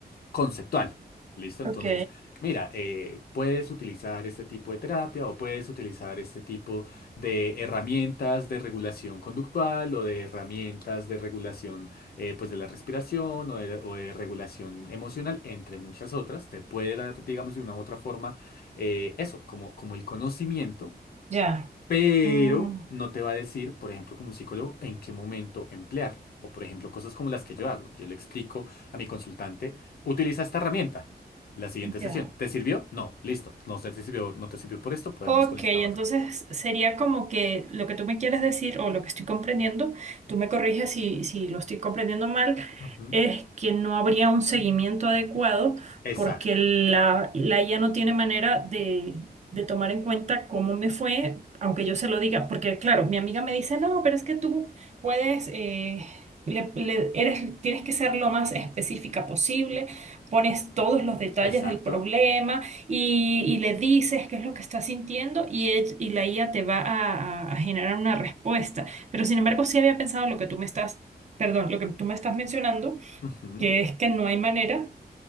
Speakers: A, on the left; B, on the right.
A: conceptual. ¿Listo? Entonces,
B: ok,
A: mira, eh, puedes utilizar este tipo de terapia o puedes utilizar este tipo de herramientas de regulación conductual o de herramientas de regulación eh, pues de la respiración o de, o de regulación emocional, entre muchas otras. Te puede dar, digamos, de una u otra forma eh, eso, como, como el conocimiento
B: ya.
A: pero
B: Mm,
A: no te va a decir, por ejemplo, como un psicólogo, en qué momento emplearlo. O, por ejemplo, cosas como las que yo hago. Yo le explico a mi consultante, utiliza esta herramienta. La siguiente sesión,
B: ya.
A: ¿te sirvió? No, listo. No sé si te sirvió, no te sirvió por esto, podemos
B: Ok,
A: con esta
B: entonces
A: otra.
B: sería como que lo que tú me quieres decir o lo que estoy comprendiendo, tú me corriges si, si lo estoy comprendiendo mal,
A: Ujú.
B: es que no habría un seguimiento adecuado
A: Exacto,
B: porque la, la IA no tiene manera de, de tomar en cuenta cómo me fue, aunque yo se lo diga, porque claro, mi amiga me dice, no, pero es que tú puedes, eh, le- le- eres, tienes que ser lo más específica posible, pones todos los detalles
A: exacto,
B: del problema y, y le dices qué es lo que estás sintiendo y, ell- y la IA te va a, a- a generar una respuesta. Pero sin embargo, sí había pensado lo que tú me estás, perdón, lo que tú me estás mencionando,
A: ujú,
B: que es que no hay manera